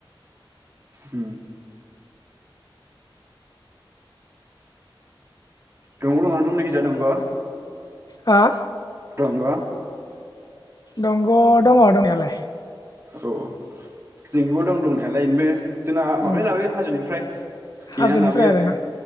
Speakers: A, on the right (about 30°); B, on the left (about 45°).
A: उम। दङ दंनाया नोंथांमोननिखिजा दंग'।
B: हा?
A: दंग'।
B: दंग' दङ' दंयालाय।
A: औ। जोंनिखिबो दं दंना यालाय बे जोंना माबानिफ्राय
B: उम
A: लाबोयो हाजोनिफ्राय थेनानै
B: हाजोनिफ्राय
A: लाबोयो
B: आरोना
A: आरो